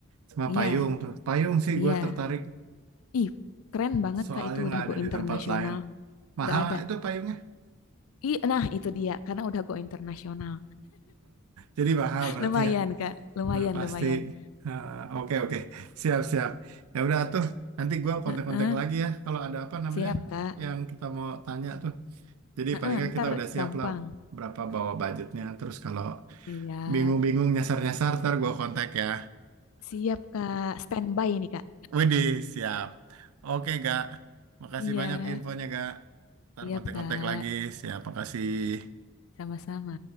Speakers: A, on the right (about 85°); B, on the left (about 75°).
A: sama
B: Iya,
A: payung tuh. Payung sih
B: iya.
A: gue tertarik
B: Ih, keren banget
A: soalnya
B: Kak itu
A: nggak
B: udah
A: ada
B: go
A: di
B: internasional.
A: tempat lain. Mahal
B: Nggak ada.
A: itu payungnya.
B: Ih, nah itu dia karena udah go internasional.
A: Jadi mahal berarti
B: Lumayan
A: ya.
B: Kak, lumayan,
A: Udah pasti.
B: lumayan.
A: Ah, Oke oke. Siap siap. Ya udah tuh. Nanti gua kontak-kontak
B: Heeh,
A: lagi ya. Kalau ada apa namanya
B: siap Kak.
A: yang kita mau tanya tuh. Jadi
B: Heeh,
A: paling nggak
B: ntar
A: kita udah siap
B: gampang.
A: lah berapa bawa budgetnya. Terus kalau
B: Siap,
A: bingung-bingung nyasar-nyasar, ntar gua kontak ya.
B: siap Kak. Standby nih Kak.
A: Widih siap. Oke gak. Makasih
B: Iya,
A: banyak infonya gak. Ntar
B: siap
A: kontak-kontak
B: Kak.
A: lagi. Siap. Makasih.
B: Sama-sama.